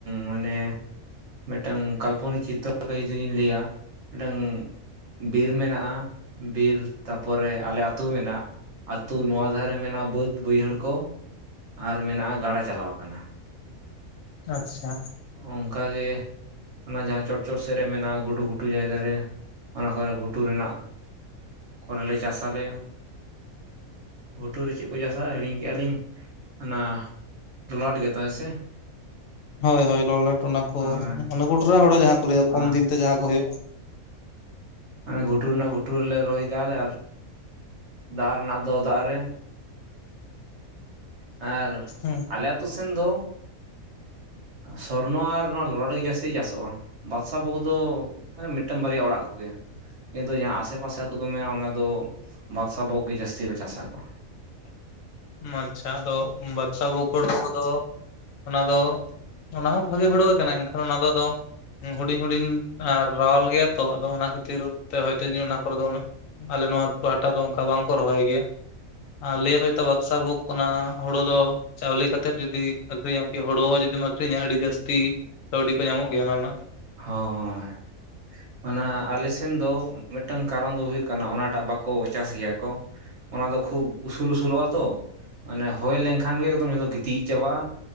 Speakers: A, on the right (about 55°); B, on the left (about 70°).
A: ᱢᱟᱱᱮ ᱢᱤᱫ ᱴᱟᱝ ᱠᱟᱞᱯᱚᱱᱤᱠ ᱪᱤᱛᱚᱨ ᱞᱮᱠᱟ ᱡᱩᱫᱤ ᱞᱤᱧ ᱞᱟᱹᱭᱟ᱾ ᱢᱤᱫ ᱴᱟᱝ ᱵᱤᱨ ᱢᱮᱱᱟᱜᱼᱟ ᱵᱤᱨ ᱛᱟ ᱯᱚᱨᱮ ᱟᱞᱮ ᱟᱹᱛᱩ ᱢᱮᱱᱟᱜᱼᱟ ᱟᱹᱛᱩ ᱱᱚᱣᱟ ᱫᱷᱟᱨᱮ ᱢᱮᱱᱟᱜᱼᱟ ᱵᱟᱹᱫ ᱵᱟᱹᱭᱦᱟᱹᱲ ᱠᱚ᱾ ᱟᱨ ᱢᱮᱱᱟᱜᱼᱟ ᱜᱟᱲᱟ ᱪᱟᱞᱟᱣ ᱟᱠᱟᱱᱟ
B: ᱟᱪᱪᱷᱟ
A: ᱚᱱᱠᱟᱜᱮ ᱚᱱᱟ ᱡᱟᱦᱟᱸ ᱪᱚᱴ ᱪᱚᱴ ᱥᱮᱫ ᱨᱮ ᱢᱮᱱᱟᱜᱼᱟ ᱜᱷᱩᱴᱩ ᱜᱷᱩᱴᱩ ᱡᱟᱭᱜᱟ ᱨᱮ ᱚᱱᱟ ᱠᱚᱨᱮ ᱜᱷᱩᱴᱩ ᱨᱮᱱᱟᱜ ᱠᱚᱨᱮᱞᱮ ᱪᱟᱥᱟ ᱞᱮ ᱜᱷᱩᱴᱩᱨ ᱨᱮ ᱪᱮᱫ ᱠᱚ ᱪᱟᱥᱟ ᱦᱤᱲᱤᱧ ᱠᱮᱜᱼᱟ ᱞᱤᱧ ᱚᱱᱟ ᱛᱚ ᱱᱚᱶᱟ ᱴᱤᱠ ᱠᱟᱛᱷᱟ ᱦᱮᱥᱮ ᱾
B: ᱦᱳᱭ ᱦᱳᱭ ᱞᱚᱞᱟᱴ ᱚᱱᱟ ᱠᱚ
A: ᱦᱳᱭ
B: ᱢᱟᱱᱮ ᱜᱚᱴᱨᱟ ᱦᱳᱲᱳ ᱡᱟᱦᱟᱸ ᱠᱚ ᱞᱟᱹᱭᱫᱟ
A: ᱦᱳᱭ
B: ᱠᱚᱢ ᱫᱤᱱ ᱛᱮ ᱡᱟᱦᱟᱸ ᱠᱚ ᱦᱩᱭᱩᱜᱼᱟ᱾
A: ᱚᱱᱮ ᱜᱷᱩᱴᱩ ᱨᱮᱱᱟᱜ ᱜᱷᱩᱴᱩ ᱨᱮᱞᱮ ᱨᱚᱦᱚᱭ ᱠᱟᱜᱼᱟᱞᱮ ᱟᱨ ᱫᱟᱜ ᱨᱮᱱᱟᱜ ᱫᱚ ᱫᱟᱜ ᱨᱮ ᱟᱨ
B: ᱦᱮᱸ
A: ᱟᱞᱮ ᱟᱛᱳ ᱥᱮᱱ ᱫᱚ ᱥᱚᱨᱱᱚ ᱟᱨ ᱱᱚᱣᱟ ᱞᱚᱞᱟᱴ ᱜᱮ ᱡᱟᱹᱥᱛᱤ ᱡᱟᱥᱚᱜᱼᱟ᱾ ᱵᱟᱫᱥᱟ ᱵᱷᱳᱜᱽ ᱫᱚ ᱢᱤᱫᱴᱟᱝ ᱵᱟᱨᱭᱟ ᱚᱲᱟᱜ ᱠᱚᱜᱮ ᱠᱤᱱᱛᱩ ᱡᱟᱦᱟᱸ ᱟᱥᱮ ᱯᱟᱥᱮ ᱟᱹᱛᱩ ᱠᱚ ᱢᱮᱱᱟᱜ-ᱟ ᱚᱱᱟ ᱫᱚ ᱵᱟᱫᱥᱟ ᱵᱷᱳᱜᱽ ᱜᱮ ᱡᱟᱹᱥᱛᱤ ᱠᱚ ᱪᱟᱥᱟ <unintelligible>
B: ᱢᱟᱪᱷᱟ ᱫᱚ ᱵᱟᱫᱥᱟ ᱵᱷᱳᱜᱽ ᱦᱚᱲᱳ ᱠᱚᱫᱚ ᱚᱱᱟ ᱫᱚ ᱚᱱᱟ ᱦᱚᱸ ᱵᱷᱟᱜᱮ ᱦᱚᱲᱳ ᱠᱟᱱᱟ ᱮᱱᱠᱷ ᱚᱱᱟ ᱫᱚ ᱦᱩᱰᱤᱧ ᱦᱩᱰᱤᱧ ᱟᱨ ᱨᱟᱣᱟᱞ ᱜᱮᱭᱟ ᱛᱚ ᱟᱫᱚ ᱚᱱᱟ ᱠᱷᱟᱹᱛᱤᱨ ᱛᱮᱦᱚᱸ ᱦᱳᱭᱛᱚ ᱤᱧ ᱦᱚᱸ ᱚᱱᱟ ᱠᱚᱨᱮ ᱫᱚ ᱩᱱᱟᱹᱜ ᱟᱞᱮ ᱱᱚᱣᱟ ᱯᱟᱦᱴᱟ ᱫᱚ ᱚᱱᱠᱟ ᱵᱟᱝ ᱠᱚ ᱨᱚᱦᱚᱭ ᱜᱮᱭᱟ ᱟᱨ ᱞᱟᱹᱭ ᱟᱠᱚ ᱵᱟᱠᱥᱟ ᱵᱷᱳᱜᱽ ᱠᱟᱱᱟ ᱦᱳᱲᱳ ᱫᱚ ᱪᱟᱣᱞᱮ ᱠᱟᱛᱮᱫ ᱡᱩᱫᱤ ᱟᱹᱠᱷᱨᱤ ᱧᱟᱢ ᱠᱤ ᱦᱳᱲᱳ ᱦᱚᱸ ᱡᱩᱫᱤᱢ ᱟᱹᱠᱷᱨᱤᱧᱟ ᱟᱹᱰᱤ ᱡᱟᱹᱥᱛᱤ᱾ ᱠᱟᱹᱣᱰᱤ ᱠᱚ ᱧᱟᱢᱚᱜ ᱜᱮᱭᱟ ᱚᱱᱟ ᱨᱮᱱᱟᱜ
A: ᱦᱚ ᱦᱮᱸ, ᱚᱱᱟ ᱟᱞᱮ ᱥᱮᱱ ᱫᱚ ᱢᱤᱫᱴᱟᱝ ᱠᱟᱨᱚᱱ ᱫᱚ ᱦᱩᱭᱩᱜ ᱠᱟᱱᱟ ᱚᱱᱟ ᱴᱟᱜ ᱵᱟᱠᱚ ᱠᱚ ᱪᱟᱥ ᱜᱮᱭᱟ ᱠᱚ ᱚᱱᱟ ᱫᱚ ᱠᱷᱩᱵ ᱩᱥᱩᱞ ᱩᱥᱩᱞ ᱞᱚᱜᱼᱟ ᱛᱚ ᱢᱟᱱᱮ ᱦᱳᱭ ᱞᱮᱱᱠᱷᱟᱱ ᱜᱮ ᱮᱠᱫᱚᱢ ᱡᱷᱚᱛᱚ ᱜᱤᱛᱤᱡ ᱜᱤᱛᱤᱡ ᱪᱟᱵᱟᱜ᱾